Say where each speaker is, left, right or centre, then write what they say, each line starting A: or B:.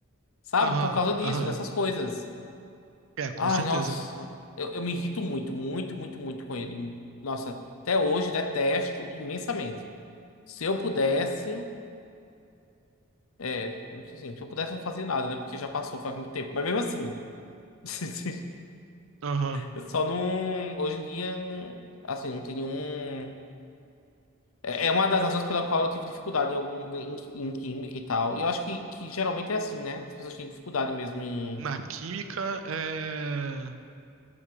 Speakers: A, on the left; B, on the right.
A: Sabe?
B: Aham,
A: Por causa disso,
B: aham.
A: dessas coisas.
B: É, com
A: Ai,
B: certeza,
A: nossa.
B: né?
A: Eu, eu me irrito muito, muito, muito, muito com ele. Nossa, até hoje detesto imensamente. Se eu pudesse. É, assim, se eu pudesse não fazer nada, né? Porque já passou faz muito tempo. Mas mesmo assim. <laughs>
B: Aham.
A: Eu só não. Hoje em dia, não- assim, não tem nenhum. É é uma das razões pela qual eu tive dificuldade em algum em, em química e tal. E eu acho que, que geralmente é assim, né? As pessoas têm dificuldade mesmo em.
B: Na química, é.